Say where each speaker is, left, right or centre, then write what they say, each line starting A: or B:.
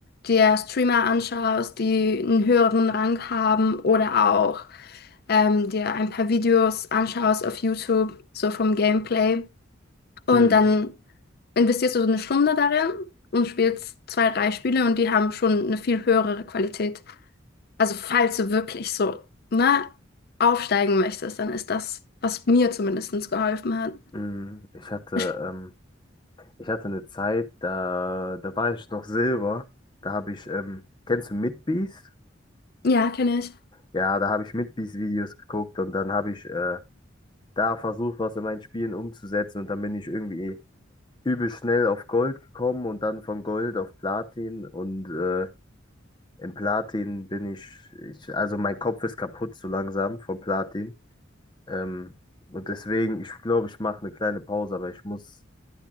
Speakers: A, on the left (about 50°); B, on the left (about 25°).
A: dir Streamer anschaust, die einen höheren Rang haben oder auch ähm, dir ein paar Videos anschaust auf YouTube, so vom Gameplay. Und
B: Hm.
A: dann investierst du so eine Stunde darin und spielst zwei, drei Spiele und die haben schon eine viel höhere Qualität. Also falls du wirklich so, ne, aufsteigen möchtest, dann ist das, was mir zumindest geholfen hat.
B: Hm. Ich hatte,
A: Ich-
B: ähm, ich hatte eine Zeit, da, da war ich noch Silber. Da habe ich, ähm, kennst du Midbeast?
A: Ja, kenne ich.
B: Ja, da habe ich Midbeast-Videos geguckt und dann habe ich äh, da versucht, was in meinen Spielen umzusetzen. Und dann bin ich irgendwie übel schnell auf Gold gekommen und dann von Gold auf Platin. Und äh, im Platin bin ich, ich, also mein Kopf ist kaputt so langsam vom Platin. Ähm, und deswegen, ich glaube, ich mache eine kleine Pause, aber ich muss